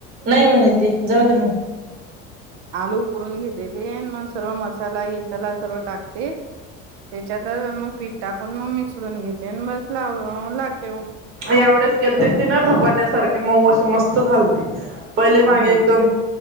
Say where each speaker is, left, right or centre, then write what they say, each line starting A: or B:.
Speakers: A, on the right; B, on the right.
A: नाही म्हणे ते जाऊते म्हणा
B: आलू उकडून घेते ते मग सर्व मसाला घसाला सर्व टाकते त्याच्यात टाकून मग मिचडून घेते आणि बस लाव लाटते...
A: एवढेच केलेते ती ना धपाट्यासारखे मऊशी मस्त झालते.. पहिले
B: हम्म
A: मागे एकदम